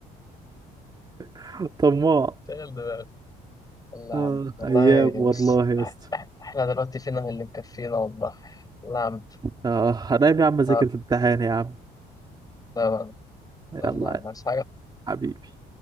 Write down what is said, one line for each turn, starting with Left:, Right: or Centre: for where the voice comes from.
Right: <laughs> طماع
Left: شغل دماغك والله يا
Right: اه
Left: عم والله
Right: ايام والله
Left: بص
Right: يا اسطى
Left: احنا دلوقتي فينا اللي مكفينا والله والله يا عم
Right: اه هنام يا عم اذاكر
Left: لا-
Right: الامتحان يا عم
Left: لا-
Right: يلا
Left: والله يا عم بس
Right: حبيبي